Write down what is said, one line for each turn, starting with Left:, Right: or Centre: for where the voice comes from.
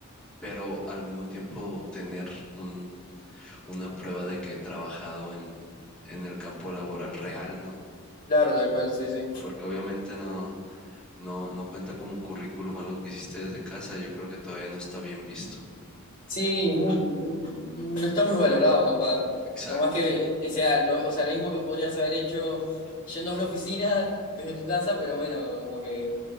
Centre: pero al mismo tiempo tener un, una prueba de que he trabajado en, en el campo laboral real, ¿no?
Left: Claro, tal cual, sí, sí.
Centre: Porque obviamente no, no, no cuenta como currículum algo que hiciste desde casa, yo creo que todavía no está bien visto.
Left: Sí, muy- no está muy valorado, capaz.
Centre: Exacto.
Left: Por más que o sea lo, o sea, lo mismo que podrías haber hecho yendo a una oficina desde tu casa, pero bueno, como que